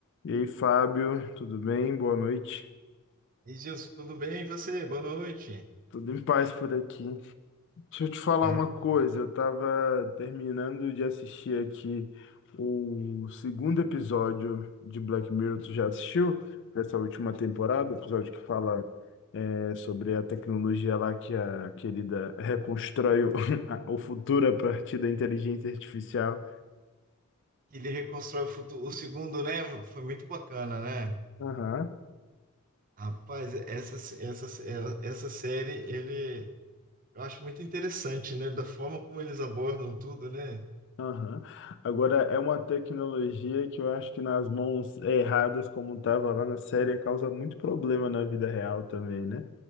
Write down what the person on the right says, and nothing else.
E Gilson, tudo bem? E você? Boa noite.
É.
ele reconstrói o futuro. O segundo, né? Foi muito bacana, né?
Rapaz, essa, essa, essa série, ele, eu acho muito interessante, né? Da forma como eles abordam tudo, né?